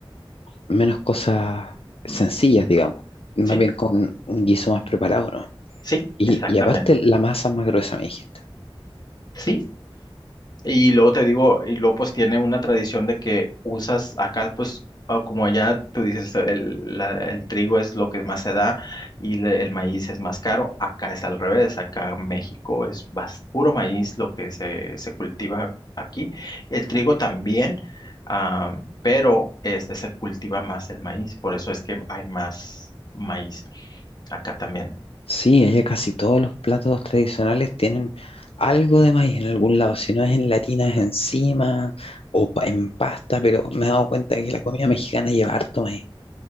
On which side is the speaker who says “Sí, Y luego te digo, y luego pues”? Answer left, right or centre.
Left